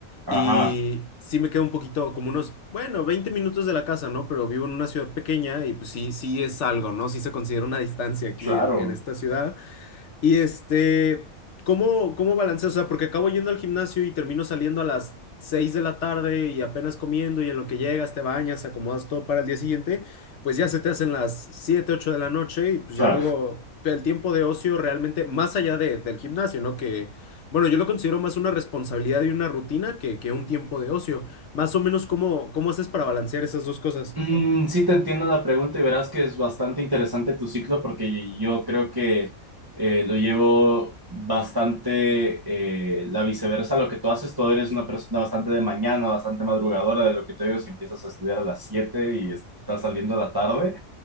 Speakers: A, on the right (about 30°); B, on the left (about 60°).
A: Ajá,
B: y sí me quedo un poquito, como unos, bueno, 20 minutos de la casa, ¿no? Pero vivo en una ciudad pequeña y pues sí, sí es algo, ¿no? Sí se considera una distancia aquí
A: claro,
B: en, en esta ciudad. Y este, ¿cómo, cómo balanceas? O sea, porque acabo yendo al gimnasio y termino saliendo a las 6 de la tarde y apenas comiendo y en lo que llegas te bañas, acomodas todo para el día siguiente, pues ya se te hacen las 7 8 de la noche y pues
A: claro.
B: ya luego el tiempo de ocio realmente, más allá de- del gimnasio, ¿no? Que, bueno, yo lo considero más una responsabilidad y una rutina que, que un tiempo de ocio. Más o menos, ¿cómo, cómo haces para balancear esas dos cosas?
A: Mm, sí te entiendo la pregunta y verás que es bastante interesante tu ciclo porque yo creo que eh, lo llevo bastante eh, la viceversa lo que tú haces. Tú eres una persona bastante de mañana, bastante madrugadora de lo que te digo si empiezas a estudiar a las 7 y estás saliendo a la tarde.